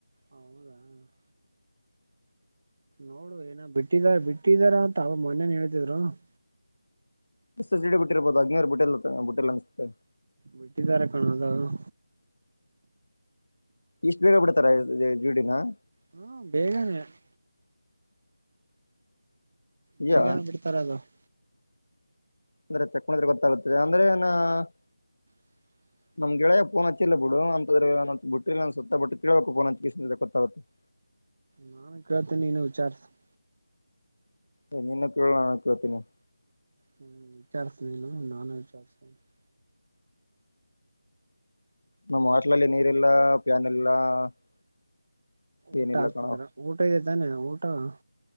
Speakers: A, on the right; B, on the left.
A: ಹೌದಾ. <inaudible> ನೋಡು, ಏನು, ಬಿಟ್ಟಿದಾ ಬಿಟ್ಟಿದಾರೆ, ಅಂತ ಅವ ಮೊನೇನ್ ಹೇಳ್ತಿದ್ರು? <inaudible>
B: ಎ, ಜಿಡಿ, ಬಿಟ್ಟಿರ್ಬೋದು! ಅಗ್ನಿ ಅವರಿಗೆ, ಬಿಟ್ಟಿಲ್ಲ, ಅನಿಸುತ್ತೆ? <inaudible>
A: ಬಿಟ್ಟಿದಿದ್ದಾರೆ, ಕಣ್ಣೋ, ಅದು.. <inaudible>
B: ಇಷ್ಟು, ಬೇಗ ಬಿಡ್ತಾರ ಜಿಡಿನಾ. <inaudible>
A: ಹೂ, ಬೇಗನೆ. <inaudible> ಬೆಳಗನೇ,
B: ಯಾ
A: ಬಿಡ್ತಾರೆ, ಅದು. <inaudible>
B: ಬರುತ್ತೆ, ಅಂದ್ರೆ, ಗೊತ್ತಾಗುತ್ತೆ! ಆಮೇಲೆ, ಏನೂ? <inaudible>
A: <unintelligible> <inaudible>
B: ನಮ್, ಗೆಳೆಯ, ಫೋನ್ ಹಚ್ಚಿಲ್ಲ, ಬಿಡು ಅಂತಂದ್ರ, ಬಿಟ್ಟಿಲ್ಲ ಅನಿಸುತ್ತೆ, ಬಟ್ಟು, ಪ್ಹೊನ್ಯಾಚಿ, ಗೊತ್ತಾಗುತ್ತೆ. <inaudible>
A: ನಾನು, ಕೇಳುತ್ತೀನಿ, ವಿಚಾರಸು. <inaudible>
B: ಏ, ನೀನಾ, ಪಿಯೂ, ಅಂತ, ಕೇಳುತ್ತೀನಿ. <inaudible>
A: ಹ್ಮ್, ವಿಚಾರಸು, ನೀನು ನಾನು, ವಿಚಾರಿಸುತ್ತಿನಿ. <inaudible>
B: ನಮ್ಮ, ಹಾಸ್ಟೆಲಲ್ಲಿ, ನೀರಿಲ್ಲ, ಪ್ಯಾನ್ ಇಲ್ಲ. <unintelligible>
A: ಊಟ,
B: ಏನಿಲ್ಲ
A: ಆಗ್ತಿದಾರ,
B: ಕಣ
A: ಊಟ ಇದೆ ತಾನೆ ಊಟ. <inaudible>